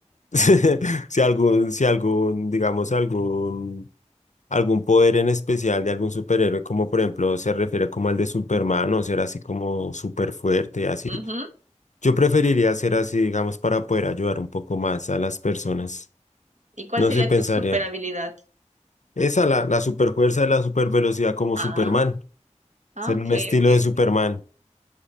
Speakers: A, on the left; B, on the right.
A: <laughs> Si algún, si algún, digamos, algún, algún poder en especial de algún superhéroe, como por ejemplo se refiere como al de Superman, o ser así como súper fuerte, así.
B: Ujú.
A: Yo preferiría hacer así, digamos, para poder ayudar un poco más a las personas.
B: ¿Y cuál
A: No
B: sería
A: se pensaría.
B: tu super habilidad?
A: Esa, la, la superfuerza y la supervelocidad como
B: Ah,
A: Superman.
B: ah,
A: Ser un
B: ok,
A: estilo
B: ok.
A: de Superman. <laughs>